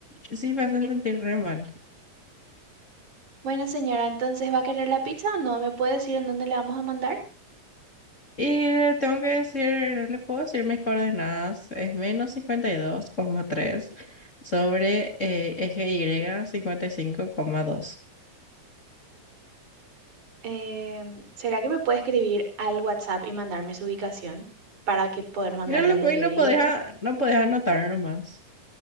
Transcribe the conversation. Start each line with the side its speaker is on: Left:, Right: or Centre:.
Left: Sí, me hacen sentir re mal.
Right: Bueno, señora, entonces, ¿va a querer la pizza o no? ¿Me puede decir en dónde le vamos a mandar?
Left: Y le tengo que decir, no le puedo decir mis coordenadas. Es menos cincuenta y dos coma tres sobre eh, eje Y cincuenta Y cinco coma dos.
Right: Em, ¿será que me puede escribir al WhatsApp y mandarme su ubicación para que poder mandarle
Left: Y no, le,
Right: al
Left: puedo-
Right: delivery?
Left: y no podés, a- no podés anotar nomás.